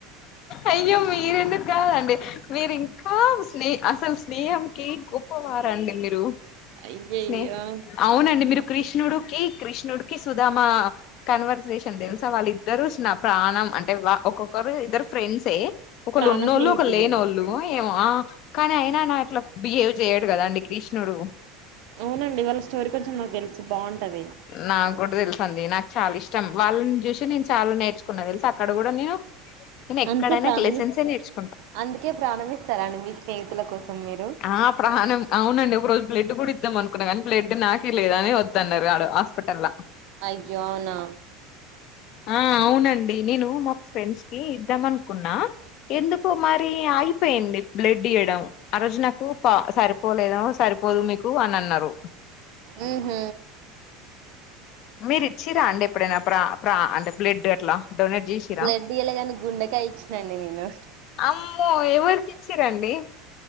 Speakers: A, on the left; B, on the right.
A: అయ్యో మీరు ఎందుకు కాదండీ మీరు ఇంకా స్నే అసలు స్నేహంకి గొప్పవారు అండి మీరు
B: అయ్యయ్యో
A: స్నే అవునండి మీరు కృష్ణుడికి కృష్ణుడికి సుధామా కన్వర్సేషన్ తెలుసా వాళ్ళ ఇద్దరు స్నా ప్రాణం అంటే వ ఒక్కొక్కరు ఇద్దరు ఫ్రెండ్సే ఒకళ్ళున్నోళ్ళు
B: ప్రాణ స్నేహితులు
A: ఒకళులేనోళ్ళు ఏమో ఆ కానీ అయినా నా అట్లా బిహేవ్ చెయడు కదా అండి కృష్ణుడు
B: అవునండి వాళ్ళ స్టోరీ కొంచెం నాకు తెలుసు బాగుంటది
A: నాకు గుడా తెలుసండి నాకు చాలా ఇష్టం వాళ్ళని చూసి నేను చాలా నేర్చుకున్నా తెలుసా అక్కడ గుడా నేను నేను ఎక్కడైనా
B: అందుకే ప్రాణం
A: లెసెన్సే
B: ఇస్
A: నేర్చుకుంట
B: అందుకే ప్రాణం ఇస్తారాండి మీ స్నేహితుల కోసం మీరు
A: ఆ ప్రాణం అవునండి ఒక రోజు బ్లడ్ గుడా ఇద్దాం అనుకున్న గాని బ్లడ్ నాకే లేదు అని వద్దు అన్నరు ఆడ హాస్పిటల్ల
B: అయ్యో అవునా
A: ఆ అవునండి నేను మా ఫ్రెండ్స్ కి ఇద్దాం అనుకున్నా ఎందుకో మరి ఆగిపోయిండే బ్లడ్ ఇయ్యడం ఆ రోజు నాకు పా సరిపోలేదో సరిపోదు మీకు అని అన్నరు
B: ఉహు
A: మీరు ఇచ్చిరాండి ఎప్పుడైనా ప్ర ప్ర అంటే బ్లడ్ అట్లా డొనేట్ చేసిరా
B: బ్లడ్ ఇయ్యాలే గాని గుండెకాయ ఇచ్చినండి నేను
A: అమ్మో ఎవరికి ఇచ్చిరండి